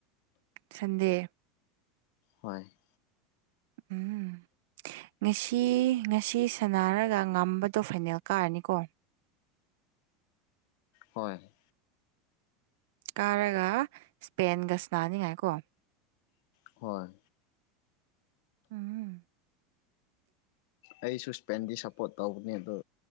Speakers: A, on the right; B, on the left.
A: ꯁꯟꯗꯦ
B: ꯍꯣꯏ
A: ꯎꯝ ꯉꯁꯤ ꯉꯁꯤ ꯁꯥꯅꯔꯒ ꯉꯝꯕꯗꯣ ꯐꯥꯏꯅꯦꯜ ꯀꯥꯔꯅꯤꯀꯣ
B: ꯍꯣꯏ
A: ꯀꯥꯔꯒ ꯁ꯭ꯄꯦꯟꯒ ꯁꯅꯥꯅꯤꯡꯉꯥꯏꯀꯣ
B: ꯍꯣꯏ
A: ꯎꯝ
B: ꯑꯩꯁꯨ ꯁꯄꯦꯟꯗꯤ ꯁꯞꯄꯣꯔꯠ ꯇꯧꯕꯅꯦ ꯑꯗꯣ